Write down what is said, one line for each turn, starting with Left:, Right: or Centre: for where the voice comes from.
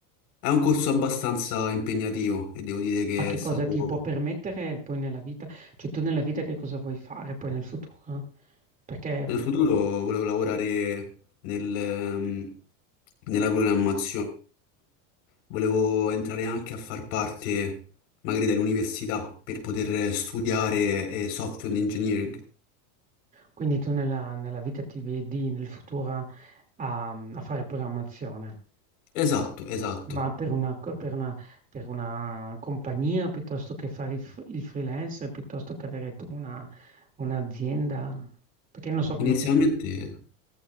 Left: È un corso abbastanza impegnativo e devo dire che
Right: ma che
Left: è stato...
Right: cosa ti può permettere poi nella vita, cioè tu nella vita che cosa vuoi fare poi nel futuro? Perché
Left: Nel futuro volevo lavorare nel, ehm, nella programmazione, volevo entrare anche a far parte magari dell'università per poter studiare eh, software engineering.
Right: quindi tu nella, nella vita ti vedi nel futuro a, a fare programmazione.
Left: Esatto, esatto.
Right: Ma per una, co- per una- per una compagnia piuttosto che fare il, f- il freelancer, piuttosto che avere tu una, un'azienda, perché non so come
Left: Inizialmente
Right: funziona.